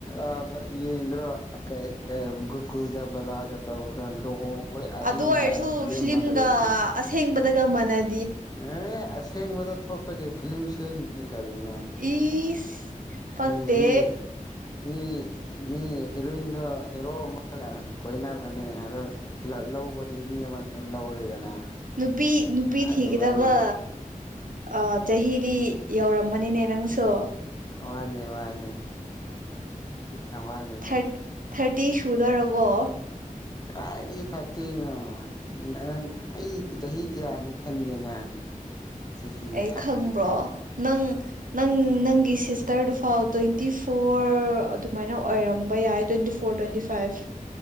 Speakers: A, on the left; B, on the right.
A: ꯑ ꯗ ꯌꯦꯡꯗ꯭ꯔꯣ ꯀꯩ ꯀꯩꯕ ꯒꯨꯀꯨꯜꯒ ꯕꯂꯥꯒ ꯇꯧꯕꯗꯣ ꯂꯣꯍꯣꯡ ꯕꯒꯤ ꯑꯍꯤꯡ
B: ꯑꯗꯨ ꯑꯣꯏꯔꯁꯨ
A: ꯍꯥꯏꯔ ꯐꯤꯂꯝ
B: ꯐꯤꯂꯝꯒ
A: ꯑꯃ ꯂꯩꯕꯅꯦ
B: ꯑꯁꯦꯡꯕꯗꯒ ꯃꯅꯥ
A: ꯑꯦ ꯑꯁꯦꯡꯕꯗ ꯊꯣꯛꯄꯒꯤ ꯐꯤꯂꯝ ꯁꯦꯝꯃꯤꯅꯦ ꯀꯔꯤꯅꯣ
B: ꯏꯁ ꯄꯛꯇꯦ
A: ꯃꯤ ꯃꯤ ꯃꯤ ꯃꯤ ꯍꯤꯔꯣꯏꯟꯗꯣ ꯍꯦꯔꯣ ꯑꯃꯒ ꯀꯣꯏꯅꯕꯅꯦ ꯑꯗꯣ ꯂ ꯂꯧꯕꯗꯤ ꯃꯤ ꯑꯃꯅ ꯑꯗꯨꯝ ꯂꯧꯔꯦꯗꯅ
B: ꯅꯨꯄꯤ ꯅꯨꯄꯤ
A: ꯑꯗꯨꯃꯥꯏꯅ
B: ꯊꯤꯒꯗꯕ ꯑ ꯆꯍꯤꯗꯤ ꯌꯧꯔꯝꯃꯅꯤꯅꯦ ꯅꯪꯁꯨ
A: ꯋꯥꯠꯂꯤ ꯋꯥꯠꯂꯤ ꯌꯥꯝ ꯋꯥꯠꯂꯤ
B: ꯊꯔꯠ ꯊꯔꯇꯤ ꯁꯨꯗꯣꯏꯔꯕꯣ
A: ꯀꯥꯏꯗꯒꯤ ꯊꯥꯔꯇꯤꯅꯣ ꯅ ꯅꯪ ꯑꯩ ꯆꯍꯤ ꯀꯌꯥꯅꯤ ꯈꯟꯒꯦ ꯅꯪ ꯆꯍꯤ
B: ꯑꯩ
A: ꯊꯥꯔꯇꯤ
B: ꯈꯪꯕ꯭ꯔꯣ
A: ꯀꯥꯏꯅ
B: ꯅꯪ ꯅꯪ ꯅꯪꯒꯤ ꯁꯤꯁꯇꯔꯗꯨ ꯐꯥꯎ ꯇ꯭ꯋꯦꯟꯇꯤ ꯐꯣꯔ ꯑꯗꯨꯃꯥꯏꯅ ꯑꯣꯏꯔꯝꯕ ꯌꯥꯏ? ꯇ꯭ꯋꯦꯟꯇꯤ ꯐꯣꯔ ꯇ꯭ꯋꯦꯟꯇꯤ ꯐꯥꯏꯚ